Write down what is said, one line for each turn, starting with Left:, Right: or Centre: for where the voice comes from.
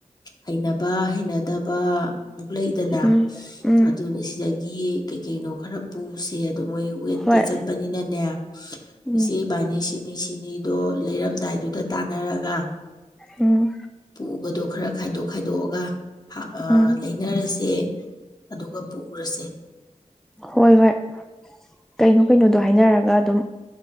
Left: ꯍꯩꯅꯕ ꯍꯩꯅꯗꯕ ꯑꯃꯨꯛ ꯂꯩ ꯗꯅ
Centre: ꯎꯝ ꯎꯝ
Left: ꯑꯗꯨꯅꯦ ꯁꯤꯗꯒꯤ ꯀꯩꯀꯩꯅꯣ ꯈꯔ ꯄꯨꯁꯦ ꯑꯗꯣ ꯃꯣꯏ ꯋꯦꯠꯇ
Centre: ꯍꯣꯏ
Left: ꯆꯠꯄꯅꯤꯅꯅꯦ
Centre: ꯎꯝ
Left: ꯏꯆꯦ ꯏꯕꯅꯤ ꯁꯤ ꯅꯤ ꯁꯤꯅꯤꯗꯣ ꯂꯩꯔꯝꯗꯥꯏꯗꯨꯗ ꯇꯥꯟꯅꯔꯒ
Centre: ꯎꯝ
Left: ꯄꯨꯕꯗꯣ ꯈꯔ ꯈꯥꯏꯗꯣꯛ ꯈꯥꯏꯗꯣꯛꯑꯒ ꯍꯥꯞ ꯑ
Centre: ꯎꯝ
Left: ꯂꯩꯅꯔꯁꯤ ꯑꯦ ꯑꯗꯨꯒ ꯄꯨꯔꯁꯦ
Centre: ꯍꯣꯏ ꯍꯣꯏ ꯀꯩꯅꯣ ꯀꯩꯅꯣꯗꯣ ꯍꯥꯏꯅꯔꯒ ꯑꯗꯨꯝ